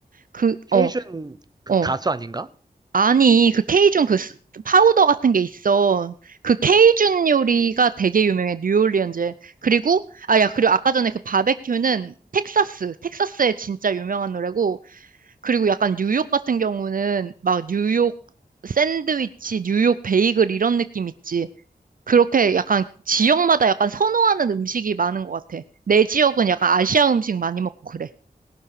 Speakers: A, on the right; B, on the right.
A: 그,
B: 케이준
A: 어.
B: 그
A: 어,
B: 가수 아닌가?
A: 아니, 그 케이준 그 스- 파우더 같은 게 있어. 그 케이준 요리가 되게 유명해, 뉴올리언즈에. 그리고, 아, 야, 그리고 아까 전에 그 바베큐는 텍사스, 텍사스에 진짜 유명한 노래고, 그리고 약간 뉴욕 같은 경우는 막 뉴욕 샌드위치, 뉴욕 베이글 이런 느낌 있지. 그렇게 약간 지역마다 약간 선호하는 음식이 많은 것 같아. 내 지역은 약간 아시아 음식 많이 먹고 그래.